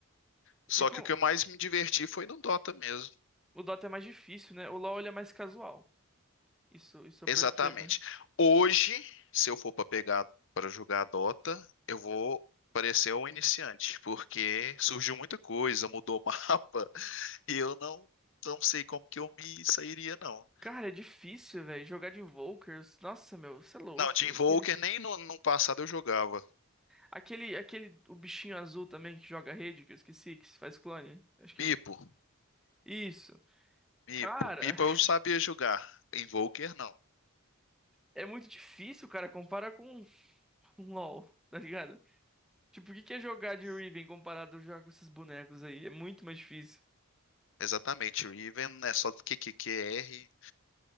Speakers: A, on the left; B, in the centre.
A: Só
B: e com
A: que o que eu mais me diverti foi no Dota mesmo.
B: O Dota é mais difícil, né? O LoL ele é mais casual. Isso, isso eu
A: Exatamente.
B: percebo. né?
A: Hoje, se eu for para pegar para jogar Dota, eu vou parecer um iniciante, porque surgiu muita coisa, mudou o mapa, <laughs> e eu não não sei como que eu me sairia não.
B: Cara, é difícil, velho. Jogar de Invokers. Nossa, meu, você é louco.
A: Não, Team Volker
B: Aquele,
A: nem no, no passado eu jogava.
B: aquele, aquele, o bichinho azul também que joga rede, que eu esqueci, que faz clone. Acho que
A: Mipo,
B: é. Isso.
A: Mipo,
B: Cara,
A: Mipo
B: <laughs>
A: eu sabia jogar. Invoker não.
B: é muito difícil, cara, comparar com com LoL, tá ligado? Tipo, o que que é jogar de Riven comparado a jogar com esses bonecos aí? É muito mais difícil.
A: Exatamente, Riven é só Q Q Q R